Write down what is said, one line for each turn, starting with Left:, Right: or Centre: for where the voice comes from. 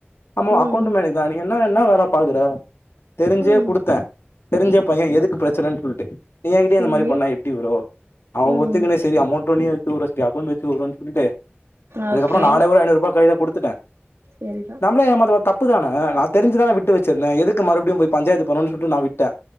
Left: ஆமா
Right: ம்
Left: அக்கௌண்ட் எனக்கு தா நீங்க என்ன என்ன வேலை பாக்குற தெரிஞ்சே
Right: ம்
Left: குடுத்தே தெரிஞ்ச பைய எதுக்கு பிரச்சனன்னு சொல்ட்டு எங்க கிட்டயே
Right: செரி
Left: இந்த மாரி பண்ணா எப்டி ப்ரோ அவங்க
Right: ம்
Left: ஒத்துக்கன்னே சரி அமௌண்ட் ஒன்னி <unintelligible> ஒரு அகௌண்ட் வச்சு சொல்லிட்டு அதுக்கப்புறோ
Right: ஓகே
Left: நானே ஒரு ஐநூரூபா கைல குடுத்துட்ட
Right: சேரி தா
Left: ரொம்ப ஏமாத்துனா தப்பு தான நா தெரிஞ்சிதான விட்டு வச்சிருந்த எதுக்கு மறுபடியு போய் பஞ்சாயத்து போனன் சொல்ட்டு நா விட்ட